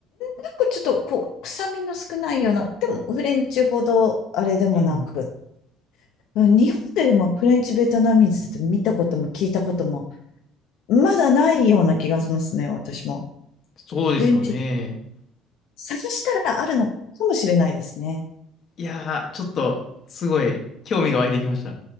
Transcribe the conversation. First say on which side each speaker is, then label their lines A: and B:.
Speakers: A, on the left; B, on the left.
A: なんかちょっとこう、臭みの少ないような、でもフレンチほどあれでもなく、
B: うん。
A: うん日本でもフレンチベトナミーズって見たことも聞いたことも、まだないような気がしますね、私も。
B: そうですよね。
A: フレンチ、探したらあるのかもしれないですね。
B: いやー、ちょっと、すごい、興味が湧いてきました。